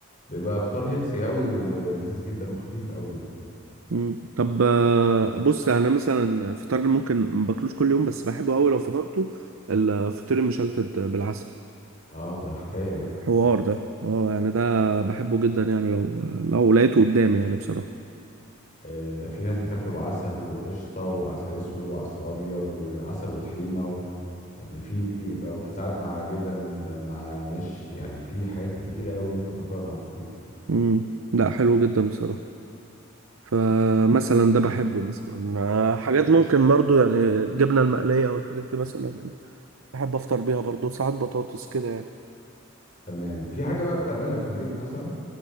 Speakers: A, on the left; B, on the right.
A: بيبقى افطار هيلسي قوي ولذيذ جدا وخفيف قوي يعني
B: م. طب آه، بص يعني انا مثلا فطار ممكن ما باكلوش كل يوم بس بحبه قوي لو فطرته الفطير المشلتت بالعسل
A: اه ده حكاية ده
B: حوار ده اه يعني ده بحبه جدا يعني لو لو لقيته قدامي يعني بصراحه
A: آه، ده في ناس بتاكله بعسل وقشطة وعسل اسود وعسل ابيض وعسل وطحينة و... يعني في بيبقى وساعات مع جبن آه، مع مش يعني في حاجات كتيرة قوي ممكن تاكلها مع الفطير
B: امم لا حلو جدا بصراحه فمثلا ده بحبه مثلا آه، حاجات ممكن برضو يعني الجبنه المقليه والحاجات دي مثلا بحب افطر بيها برضو ساعات بطاطس كده يعني
A: تمام في حاجة بقى بتعملها في البيت مثلا